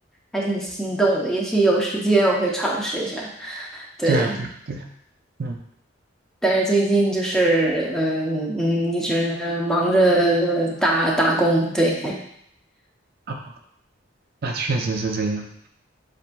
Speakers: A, in the centre; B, on the right.
A: 还挺心动的，也许有时间我会尝试一下。对，
B: 对啊，对对，嗯。
A: 但是最近就是嗯嗯一直呃忙着呃打打工，对。
B: 哦那确实是这样。